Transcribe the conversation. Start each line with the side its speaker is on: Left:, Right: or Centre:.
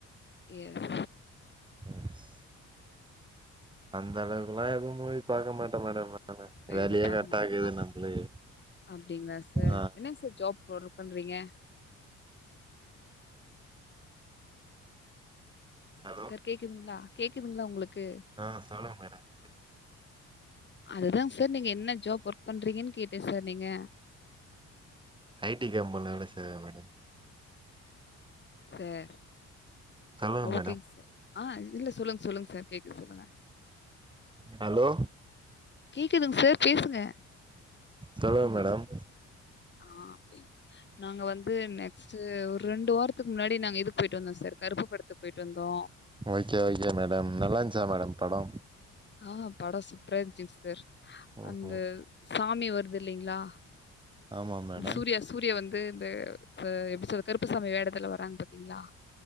Left: எஸ்
Right: எஸ் அந்த அளவுக்கெல்லா எதுவு மூவி பாக்க மாட்டே மேடம் வேலையே
Left: எது பார்க்க
Right: கரெக்டாக்குது
Left: மாட்டிங்களா
Right: நம்பளுக்கு
Left: அப்படிங்களா சார்
Right: ஆ
Left: என்னங்க சார் ஜாப் ஒர்க் பண்றீங்க
Right: ஹலோ
Left: சார் கேக்குதுங்களா கேக்குதுங்களா உங்களுக்கு
Right: ஆ சொல்லுங்க மேடம்
Left: அதுதாங்க சார் நீங்க என்ன ஜாப் ஒர்க் பண்றீங்கன்னு கேட்டே சார் நீங்க
Right: ஐ டி கம்பெனில வேலை செய்ற மேடம்
Left: சார்
Right: சொல்லுங்க
Left: ஓகேங்க
Right: மேடம்
Left: சார் ஆ இல்ல சொல்லுங்க சொல்லுங்க சார் கேக்குது சொல்லுங்க
Right: ஹலோ
Left: கேட்குதுங்க சார் பேசுங்க
Right: சொல்லுங்க மேடம்
Left: ஆ அப்டி நாங்க வந்து நெக்ஸ்ட் ஒரு ரெண்டு வாரத்துக்கு முன்னாடி நாங்க இது போயிட்டு வந்தோ சார் கருப்பு படத்துக் போயிட்டு வந்தோ
Right: ஓகே ஓகே மேடம் நல்லாந்ச்சா மேடம் படொ
Left: ஆ படொ சுப்பரா இருச்சுங்க சார்
Right: ஓஹோ
Left: அந்த சாமி வருது இல்லங்ளா
Right: ஆமா மேடம்
Left: சூர்யா சா சூர்யா வந்து இந்த எப்டி சொல்ற கருப்பு சாமி வேடத்துல வராங்க பாத்தீங்ளா